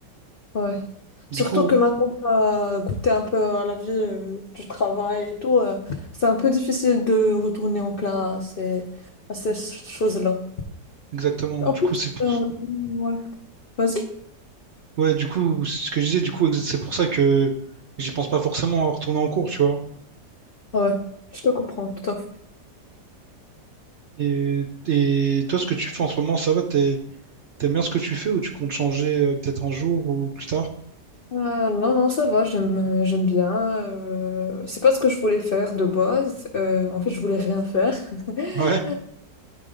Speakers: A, on the left; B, on the right.
A: ouais.
B: Du
A: Surtout
B: coup,
A: que maintenant, tu as goûté un peu à la vie euh, du travail et tout. euh, c'est un peu difficile de retourner en classe et à ces choses-là.
B: exactement.
A: En
B: Du
A: plus,
B: coup, c'est pour...
A: euh, ouais. Vas-y.
B: Ouais, du coup, c'est ce que je disais, du coup, ex- c'est pour ça que j'y pense pas forcément à retourner en cours, tu vois.
A: Ouais, je te comprends, tout à fait.
B: Et, et toi, ce que tu fais en ce moment, ça va, t'es- t'aimes bien ce que tu fais ou tu comptes changer euh, peut-être un jour ou plus tard?
A: Euh, non, non, ça va, j'aime, euh, j'aime bien. euh, c'est pas ce que je voulais faire de base. euh, en fait, je voulais rien faire. <laughs>
B: Ouais,